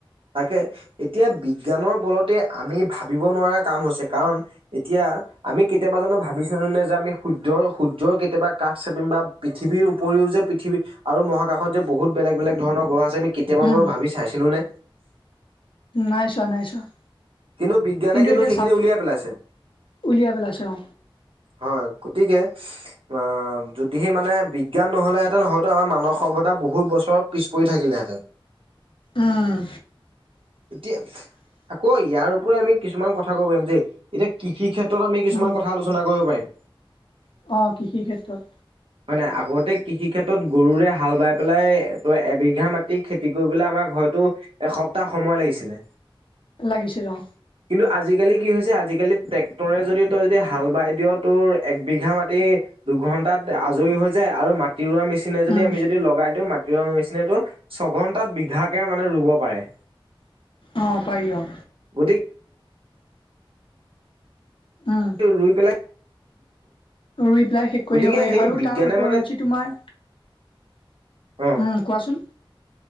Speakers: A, on the right; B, on the left.
A: তাকে এতিয়া বিজ্ঞানৰ বলতে আমি ভাবিব নোৱাৰা কাম হৈছে। কাৰণ, এতিয়া আমি কেতিয়াবা জনো ভাবিছিলো নে যে, আমি সূৰ্যৰ সূৰ্যৰ কেতিয়াবা কাষ চাপিম বা পৃথিৱীৰ উপৰিও পৃথিৱী মহাকাশত যে বহুত বেলেগ বেলেগ ধৰণৰ ঘৰ আমি কেতিয়াবা
B: উম,
A: বাৰো ছিলো নে?
B: নাই চোৱা নাই চোৱা।
A: কিন্তু বিজ্ঞানে কিন্তু
B: এতিয়া
A: সেইখিনি
B: চাওক
A: উলিয়াই পেলাইছে।
B: উলিয়াই পেলাইছে অ
A: হয়, গতিকে অ, যদিহে মানে বিজ্ঞান নহলেহেঁতেন হয়তো আমাৰ মানৱ সভ্যতা বহুত বছৰ পিছ পৰি থাকিলেহেঁতেন। <inaudible>
B: আহ।
A: এতিয়া আকৌ ইয়াৰ উপৰিও আমি কিছুমান কথা ক'ব পাৰিম যে, এতিয়া কৃষি ক্ষেত্ৰ ত আমি কিছুমান
B: উম
A: কথা আলোচনা কৰিব পাৰিম।
B: অ', কৃষি ক্ষেত্ৰত।
A: হয় নাই আগতে কৃষি ক্ষেত্ৰত গৰুৰে হাল বাই পেলাই ত এবিঘা মাটি খেতি কৰিবলে আমাক হয়তো এ সপ্তাহ সময় লাগিছিল।
B: লাগিছে অ
A: কিন্তু আজিকালি কি হৈছে আজিকালি আজিকালি ট্ৰেক্টৰে যদি তই যদি হাল বাই দিয় তোৰ একবিঘা মাটি দুঘন্টাত আজৰি হৈ যায়, আৰু মাটি ৰোৱা মেচিনে যদি
B: উম
A: আমি যদি লগাই দিওঁ মাটি নিচিনাটো ছঘন্টাত বিঘাকে মানে ৰুব পাৰে।
B: অ' পাৰি অ'।
A: গতিকে,
B: উম
A: ৰুই পেলাই
B: ৰুই পেলাই শেষ
A: গতিকে
B: কৰিব পাৰি,
A: সেই
B: আৰু
A: বিজ্ঞানে
B: তাৰ উপওৰিঞ্চি
A: মানে
B: তোমাৰ
A: অ
B: উম, কোৱাচোন?